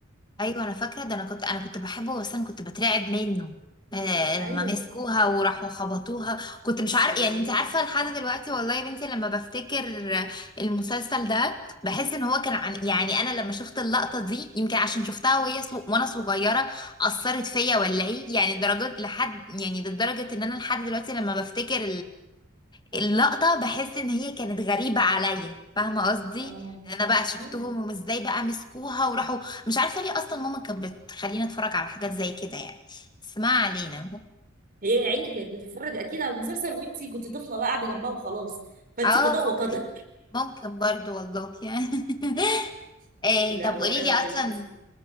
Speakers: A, on the left (about 20°); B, on the right (about 45°).
A: ايوه انا فاكره ده انا كنت انا كنت بحبه بس انا كنت بترعب منه آه
B: ايوه
A: لما مسكوها وراحوا خبطوها كنت مش عارف
B: شوهوه
A: يعني انت عارفه لحد دلوقتي والله يا بنتي لما بفتكر آه، المسلسل ده بحس ان هو كان عن يعني انا لما شفت اللقطه دي يمكن عشان شفتها وهي صو... وانا صغيره اثرت فيا ولا ايه يعني درجات لحد يعني لدرجه ان انا لحد دلوقتي لما بفتكر اللقطة بحس ان هي كانت غريبة عليا فاهمة قصدي
B: اه
A: ان انا بقى شفتهم
B: ايوه
A: وازاي بقى مسكوها وراحوا مش عارفة ليه اصلا ماما كانت بتخلينا نتفرج على حاجات زي كده يعني بس ما علينا
B: هي يا عيني كانت بتتفرج اكيد على المسلسل وانتي كنت طفله بقى قاعده جنبها وخلاص فانتي
A: اه
B: قضاء
A: ممكن
B: وقدر
A: ممكن برضو والله يعني <laughs>
B: <laughs>
A: إيه
B: لا
A: طب قولي
B: وانا
A: لي اصلا
B: دلوقتي